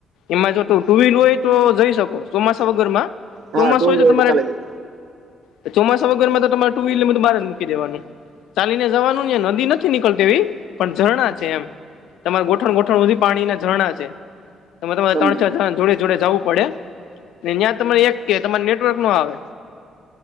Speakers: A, on the left; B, on the right.
A: એમાં જો ટુ-ટુ વ્હીલ હોય તો જઈ શકો. ચોમાસા વગ ગરમાં, ચોમાસું
B: હા ટુ
A: હોય
B: વ્હીલર
A: તો તમારે
B: ચાલે જાય
A: તે ચોમાસા વગરમાં તો તમારે ટુ વ્હીલ ને બધું બાર જ મૂકી દેવાનું. ચાલીને જવાનું, ન્યા નદી નથ થી નીકળતી એવી, પણ ઝરણાં છે એમ. તમાર ગોઠણ-ગોઠણ હુધી પાણી ના ઝરણાં છે. એમાં તમારે
B: સમજી
A: ત્રણ ચાર જણા જોડે-જોડે જાવું પડે. ને ન્યાં તમારે એક કે તમારે નેટવર્ક નો આવે.